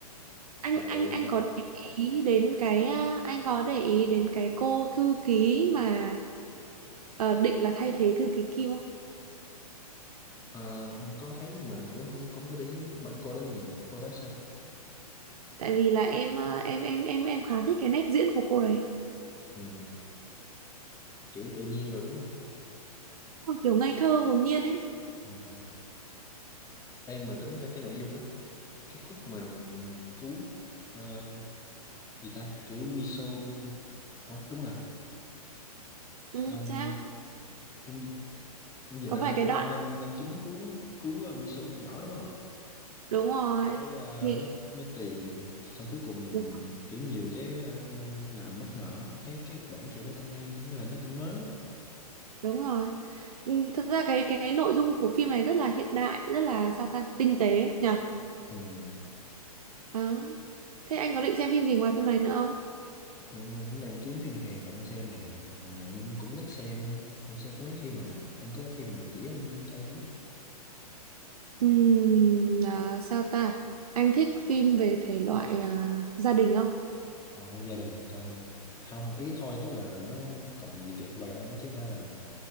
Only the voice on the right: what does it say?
anh
anh anh
có
để ý đến cái à, anh có để ý đến cái cô thư ký mà ờ, định là thay thế thư ký Kim không
tại vì là em à, em em em em khá thích cái nét diễn của cô đấy
Ôi, kiểu ngây thơ hồn nhiên ấy
ừ,
sao
có
phải
cái
đoạn
đúng rồi
thì
đúng
đúng rồi ừ, thật ra cái cái nội dung của phim này rất là hiện đại rất là sao ta tinh tế nhở
đó thế anh có định xem phim gì ngoài phim này nữa không
Ừm, à, sao ta anh thích phim về thể loại à, gia đình không